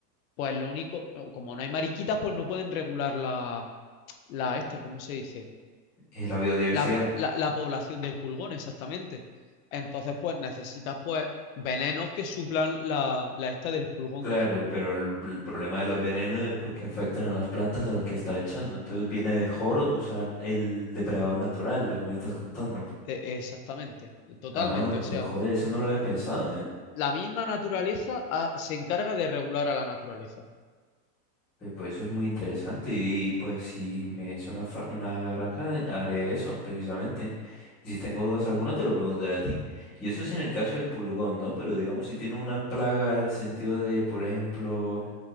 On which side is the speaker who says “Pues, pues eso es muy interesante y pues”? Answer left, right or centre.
Centre